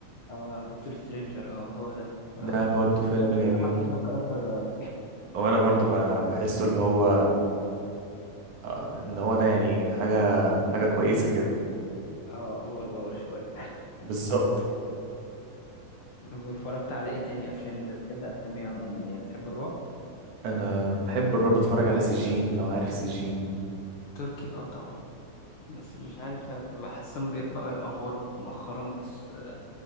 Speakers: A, on the left; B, on the right.
A: اه دكتور سترينجر اه هو ده اه
B: ده برضو فيلم جميل
A: بصراحة بحب الكاركتر ده أوي
B: وانا برضو ب- بحسه اللي هو آه، ان هو ده يعني حاجة حاجة كويسة كده
A: اه اوفر باور شوية
B: بالظبط
A: واتفرجت على ايه تاني افلام انت بتحب افلام ايه عموما يعني بتحب الرعب
B: انا بحب الرعب بتفرج على سجين لو عارف سجين
A: تركي اه طبعا بس مش عارف بحسهم بي- بقوا يأفوروا مؤخرا بس آه،